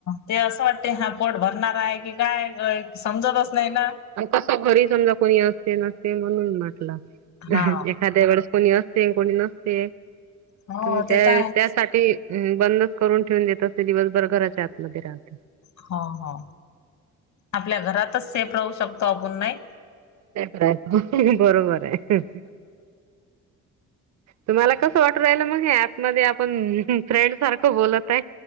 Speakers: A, on the left; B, on the right.
A: ते असं वाटतय हा पोट भरणार हाय की काय समजतच नाही ना
B: अनं कसं घरी समजा कोणी असते नसते म्हणून म्हटला
A: हा.
B: एखाद्या वेळेस कोणी असते. कोणी नसते.
A: हो
B: त मंग त्या
A: ते तर आहेच.
B: त्यासाठी हम्म, बंदच करून ठेवून देत असते. दिवसभर घराच्या आतमध्ये राहत-
A: हा, हा आपल्या घरातच सेफ राहू शकतो आपण नाही.
B: तर काय? बरोबर आहे. तुम्हाला कसं वाटून राहिल मग, हे ऍप मध्ये आपण फ्रेंड सारखं बोलत आहे.